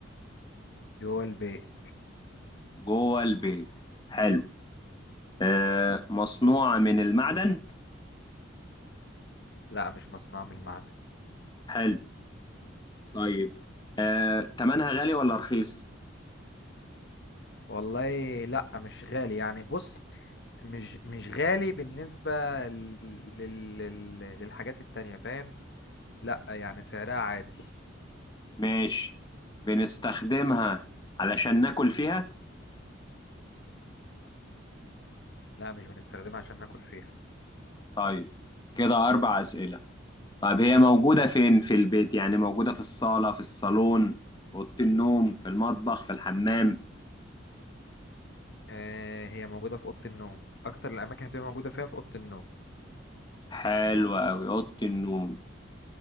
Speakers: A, on the left; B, on the left.
A: جوه البيت
B: جوه البيت حلو آه مصنوعة من المعدن
A: لا مش مصنوع من المعدن
B: حلو طيب آه تمنها غالي ولا رخيص
A: والله لا مش غالي يعني بص مش مش غالي بالنسبة لل... لل... لل- للحاجات التانية فاهم لا يعني سعرها عادي
B: ماشي بنستخدمها علشان ناكل فيها
A: لا مش بنستخدمها عشان ناكل فيها
B: طيب كده أربع أسئلة طيب هي موجودة فين في البيت يعني موجودة في الصالة في الصالون في أوضة النوم في المطبخ في الحمام
A: آه هي موجودة في أوضة النوم أكتر الأماكن اللي بتبقى موجودة فيها في أوضة النوم
B: حلو أوي أوضة النوم